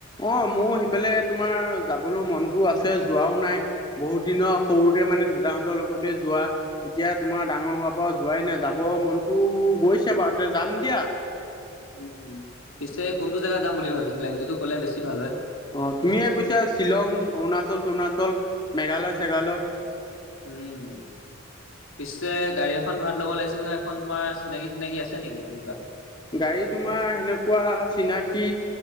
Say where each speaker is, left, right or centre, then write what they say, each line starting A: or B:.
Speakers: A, on the left (about 20°); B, on the left (about 70°).
A: অ মোৰ সিফালে তোমাৰ যাবলৈ মনটো আছে যোৱাও নাই । বহুত দিনৰ সৰুতে মানে দেউতাহঁতৰ লগতে যোৱা এতিয়া তোমাৰ ডাঙৰ হোৱাৰ পৰা যোৱাই নাই যাব । মনটো গৈছে বাৰু তে যাম দিয়া ।
B: উম পিছে কোনটো জেগা যাম বুলি ভাবিছিলা সেইটোতো ক'লে বেছি ভাল হয় ।
A: অ তুমিয়ে কৈছা শ্বিলং, অৰুণাচল-চৰুণাচল, মেঘালয়-চেঘালয় ।
B: উম <unintelligible> পিছে গাড়ী এখন ভাড়া ল'ব লাগিছিল নহয় সেইখন তোমাৰ চিনাকি-টিনাকি আছে নেকি তেনেকুৱা? <unintelligible>
A: গাড়ী তোমাৰ সেনেকুৱা চিনাকি